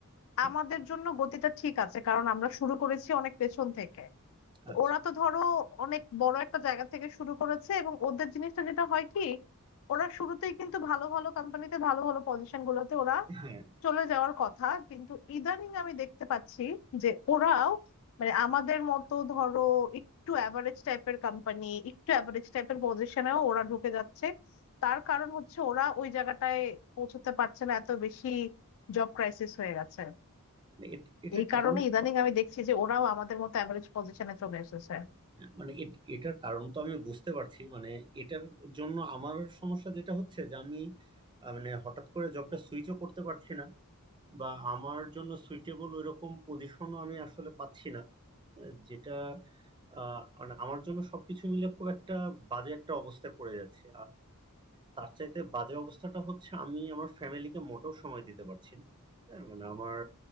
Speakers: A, on the right; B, on the left.
A: হ্যাঁ,
B: আমাদের জন্য গতিটা ঠিক আছে কারণ আমরা শুরু করেছি অনেক পেছন থেকে
A: আচ্ছা
B: ওরা তো ধরো অনেক বড় একটা জায়গা থেকে শুরু করেছে এবং ওদের জিনিসটা যেটা হয় কি ওরা শুরুতেই কিন্তু ভালো ভালো কোম্পানিতে ভালো ভালো পজিশন গুলোতে ওরা
A: হ্যাঁ
B: চলে যাওয়ার কথা কিন্তু ইদানিং আমি দেখতে পাচ্ছি যে ওরাও মানে আমাদের মতো ধরো একটু অ্যাভারেজ টাইপের কোম্পানি একটু অ্যাভারেজ টাইপের পজিশনেও ওরা ঢুকে যাচ্ছে তার কারণ হচ্ছে ওরা ওই জায়গাটায় পৌঁছতে পারছে না এত বেশি জব ক্রাইসিস হয়ে গেছে
A: মানে এট- এটার
B: এই কারণে
A: কারণ
B: ইদানিং আমি দেখছি যে ওরাও আমাদের মতো অ্যাভারেজ পজিশনে চলে এসেছে
A: মানে এট- এটার কারণ তো আমি বুঝতে পারছি মানে এটার জন্য আমার সমস্যা যেটা হচ্ছে যে আমি আহ, মানে হঠাৎ করে জবটা সুইচও করতে পারছি না বা আমার জন্য সুইটেবল ওইরকম পজিশনও আমি আসলে পাচ্ছি না আহ, যেটা আহ, মানে আমার জন্য সবকিছু মিলে খুব একটা বাজে একটা অবস্থায় পড়ে যাচ্ছে তার চাইতে বাজে অবস্থাটা হচ্ছে আমি আমার ফ্যামিলিকে মোটেও সময় দিতে পারছি না হ্যাঁ, মানে আমার